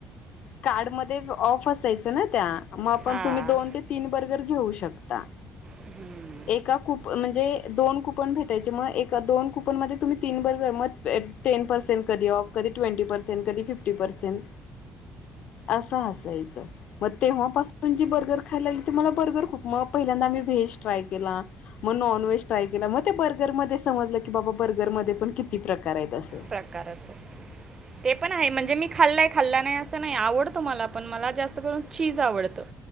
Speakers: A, on the left; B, on the right.
A: कार्ड मध्ये ऑफ असायच ना त्या मग आपण
B: हां
A: तुम्ही दोन ते. तीन बर्गर घेऊ शकता.
B: हम्म.
A: एका कुप म्हणजे दोन कुपन भेटायचे मग एक दोन कुपन मध्ये तुम्ही तीन बर्गर म. <inaudible> टेन परर्सेंन कधी ऑफ कधी ट्वेंटी परर्सेंन कधी फिफ्टी परर्सेंन. असं हसायचं. म तेव्हापासून जी बर्गर खाय लागली त मला बर्गर खूप म पहिल्यांदा आम्ही व्हेज ट्राय केला. म नॉन व्हेज ट्राय केला मग ते बर्गरमध्ये समजलं की बाबा बर्गरमध्ये पण किती प्रकार आहेत अस.
B: प्रकार असत्यात.
A: <inaudible>
B: ते पण आहे म्हणजे मी खाल्लंय खाल्ला नाही असं नाही आवडतो मला पण मला जास्त करून चीज आवडतं.